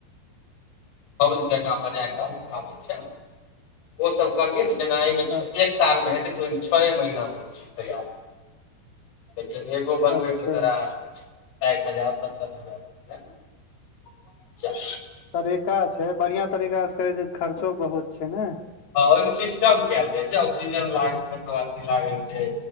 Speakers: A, on the left (about 85°); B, on the left (about 40°).
A: फौज जंका बना क आबै छै ओसभ करबियै ने जेना एहिमे
B: ह
A: एक सालमे हेतै तऽ ओहिमे छओ महीनामे चीज तैयार भ जेतौ लेकिन हऐगो बनबै
B: अच्छा
A: मे तोरा साइठ हजार सत्तर हजार खर्चा
B: तरीका छै बढ़िआं तरीकाँ करै छै खर्चो बहुत छै ने
A: हँ ओहिमे सिस्टम कयल जाइ छै ऑक्सीजन लाग मब अथी लागै छै